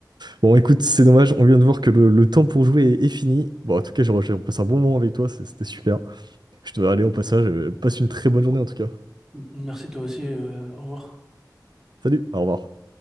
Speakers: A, on the right (about 75°); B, in the centre.
A: Bon, écoute, c'est dommage. On vient de voir que le, le temps pour jouer est, est fini. Bon, en tout cas, j'ai j'ai passé un bon moment avec toi. c'est- C'était super. Je dois aller au passage. euh, Passe une très bonne journée, en tout cas.
B: Merci, toi aussi. euh, au revoir.
A: Salut, au revoir.